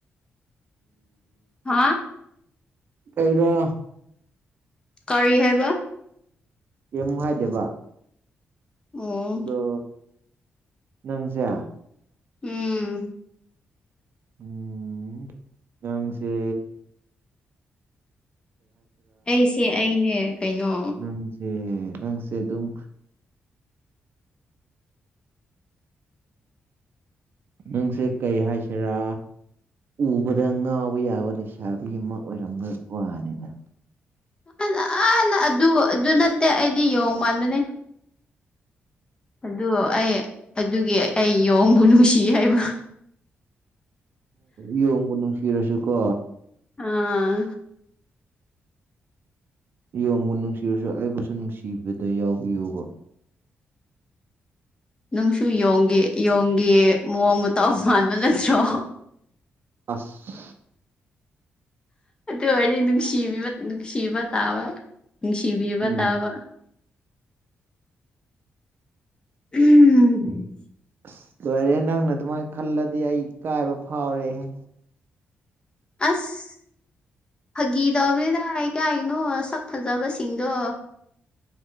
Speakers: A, on the left; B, on the right.
A: ꯍꯥꯥ
B: ꯀꯩꯅꯩꯅ
A: ꯀꯔꯤ ꯍꯥꯏꯦꯕ
B: ꯑꯦꯦꯝꯍꯥꯏ ꯗꯦꯕꯥ
A: ꯑꯣ
B: ꯑꯗꯣ ꯅꯪꯁꯦ
A: ꯎꯝ
B: ꯎꯝ ꯉꯪꯁꯦ
A: ꯑꯩꯁꯦ ꯑꯩꯅꯦ ꯀꯩꯅꯣ
B: ꯅꯪꯁꯦ ꯅꯪꯁꯦ ꯑꯗꯨꯝ ꯅꯪꯁꯦ ꯀꯩ ꯍꯥꯏꯁꯤꯔꯥ ꯎꯕꯗ ꯉꯥꯎꯕ ꯌꯥꯕ ꯂꯩꯁꯥꯕꯤ ꯑꯃ ꯑꯣꯏꯔꯝꯕ ꯋꯥꯅꯤꯅ
A: ꯑꯅ ꯑꯗꯨ ꯑꯗꯨ ꯅꯠꯇꯦ ꯑꯩꯗꯤ ꯌꯣꯡ ꯃꯥꯟꯗꯅꯦ ꯑꯗꯨ ꯑꯩ ꯑꯗꯨꯒꯤ ꯑꯩ ꯌꯦꯣꯡꯕꯨ ꯅꯨꯡꯁꯤ ꯍꯥꯏꯕ
B: ꯏꯣꯅꯨꯡ ꯐꯔꯁꯨ ꯀꯣ
A: ꯑꯥ
B: ꯌꯣꯡꯕꯨ ꯅꯨꯡꯁꯤꯔꯁꯨ ꯑꯩꯕꯨꯁꯨ ꯅꯨꯡꯁꯤꯕꯗ ꯌꯥꯎꯕꯤꯌꯨꯕ
A: ꯅꯨꯡꯁꯨ ꯌꯣꯡꯒꯦ ꯌꯣꯡꯒ ꯃꯑꯣꯡ ꯃꯇꯇꯧ ꯃꯥꯟꯕ ꯅꯠꯇ꯭ꯔꯣ
B: ꯑꯁ
A: ꯑꯣꯏ ꯅꯨꯡꯁꯤꯕꯤꯅꯨꯡꯁꯤꯕ ꯇꯕ ꯅꯨꯡꯁꯤꯕꯤꯕ
B: ꯎꯝ
A: ꯇꯥꯕ ꯎꯝ
B: ꯑꯁ ꯂꯣꯏꯔꯦ ꯅꯪꯅ ꯑꯗꯨꯃꯥꯏꯅ ꯈꯜꯂꯗꯤ ꯑꯩ ꯀꯥꯏꯕ ꯐꯥꯎꯔꯦꯍ
A: ꯑꯁ ꯐꯥꯒꯤ ꯇꯔꯕꯅꯤꯗꯥꯏ ꯀꯥꯏꯅꯣ ꯁꯛ ꯐꯖꯕꯁꯤꯡꯗꯣ